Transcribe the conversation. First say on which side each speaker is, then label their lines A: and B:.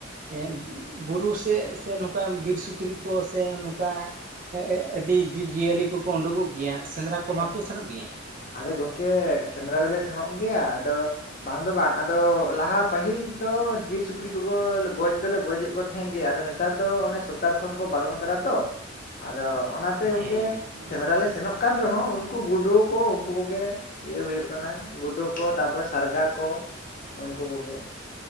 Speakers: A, on the right; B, on the left.
A: ᱮᱫ ᱵᱩᱨᱩ ᱥᱮᱫ ᱥᱮ ᱱᱚᱠᱟ ᱵᱤᱨ ᱥᱩᱠᱨᱤ ᱠᱚ ᱥᱮ ᱱᱚᱠᱟ ᱮ ᱮᱫ ᱟᱹᱰᱤ ᱡᱤᱵᱽᱡᱤᱭᱟᱹᱞᱤ ᱠᱚᱠᱚ ᱩᱰᱩᱠᱚᱜ ᱜᱮᱭᱟ ᱥᱮᱸᱫᱽᱨᱟ ᱠᱚ
B: ᱦᱮᱸ
A: ᱵᱟᱯᱮ ᱥᱮᱱᱚᱜ ᱜᱮᱭᱟ
B: ᱟᱫᱚ ᱜᱚᱢᱠᱮ ᱥᱮᱸᱫᱽᱨᱟ ᱫᱚᱞᱮ ᱥᱮᱱᱚᱜ ᱜᱮᱭᱟ ᱟᱫᱚ ᱵᱟᱝ ᱫᱚ ᱵᱟᱝ ᱟᱫᱚ ᱞᱟᱦᱟ ᱯᱟᱹᱦᱤᱞ ᱫᱚ ᱵᱤᱨ ᱥᱩᱠᱨᱤ ᱠᱚᱜᱚ ᱜᱚᱡ ᱫᱚᱞᱮ ᱜᱚᱡᱮᱫ ᱠᱚ ᱛᱟᱦᱮᱸᱫ ᱜᱮ ᱟᱫᱚ <inaudible> ᱱᱮᱛᱟᱨ ᱫᱚ ᱚᱱᱮ ᱥᱚᱨᱠᱟᱨ ᱠᱷᱚᱱ ᱠᱚ ᱵᱟᱨᱚᱱ ᱟᱠᱟᱫᱟ ᱛᱚ ᱟᱫᱚ ᱚᱱᱟ ᱛᱮ ᱜᱚᱝᱠᱮ
A: ᱦᱮᱸ ᱦᱮᱸ
B: ᱥᱮᱸᱫᱽᱨᱟ ᱞᱮ ᱥᱮᱱᱚᱜ ᱠᱟᱱ ᱨᱮᱦᱚᱸ ᱩᱱᱠᱩ ᱜᱩᱰᱩ ᱠᱚ ᱩᱱᱠᱩ ᱠᱚᱜᱮ ᱤᱭᱟᱹ ᱦᱩᱭᱩᱜ ᱠᱟᱱᱟ ᱜᱩᱰᱩ ᱠᱚ ᱛᱟᱨᱯᱚᱨᱮ ᱥᱟᱨᱜᱟ ᱠᱚ ᱩᱱᱠᱩ ᱠᱚᱜᱮ